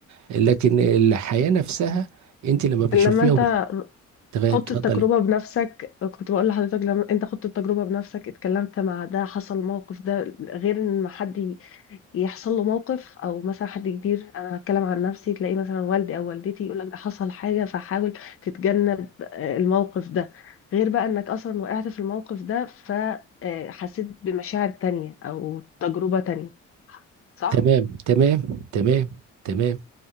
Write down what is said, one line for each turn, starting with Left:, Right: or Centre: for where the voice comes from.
Right: لكن الحياة نفسها انت لما بتشوفيها
Left: لما انت
Right: تمام
Left: خضت
Right: اتفضلي
Left: التجربه بنفسك كنت بقول لحضرتك لما انت خضت التجربه بنفسك اتكلمت مع ده حصل موقف ده غير ان ما حد يحصل له موقف او مثلا حد كبير انا هتكلم عن نفسي تلاقي مثلا والدي او والدتي يقول لك ده حصل حاجه فحاول تتجنب آه، الموقف ده غير بقى انك اصلا وقعت في الموقف ده فحسيت بمشاعر تانية او تجربه تانية صح؟
Right: تمام تمام تمام تمام